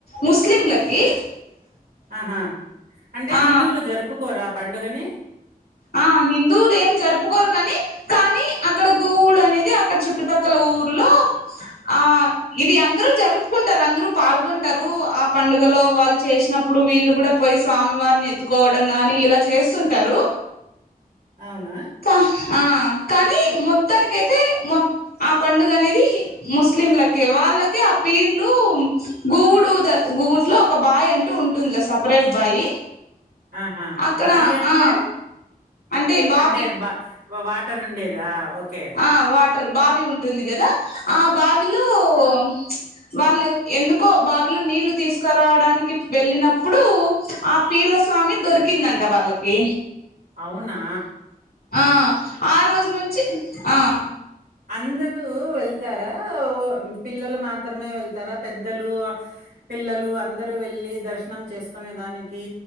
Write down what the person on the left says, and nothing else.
ముస్లింలకి
ఆ
ఆ హిందువులు ఏం జరుపుకోరు గాని కానీ అక్కడ గుగూడు అనేది అక్కడ చుట్టుపక్కల ఊ ఊర్లో ఆ ఇది అందరు జరుపుకుంటారు అందరు పాల్గొంటారు ఆ పండుగ లో వాళ్ళు చేసినప్పుడు వీళ్ళు కూడా పోయి స్వామి వారిని ఎత్తుకోవడం గాని ఇలా చేస్తుంటారు
కా ఆ కానీ మొత్తానికైతే మ ఆ పండుగ అనేది ముస్లింలకే వా వాళ్ళకి ఆ పీర్లు గుగూడు గుగూట్లో ఒక బాయ్ అంటూ ఉంటుందిలే సపరేట్ బాయ్
అక్కడ
ఆ అంటే బా
ఆ వాటర్ బావి ఉంటుంది కదా ఆ బావిలో చ్ వాళ్ళు ఎందుకో బావిలో నీళ్లు తీసుకురావడానికి వెళ్ళినప్పుడు ఆ పీర్ల స్వామి దొరికిందంట వాళ్ళకి
ఆ ఆ రోజు నుంచి ఆ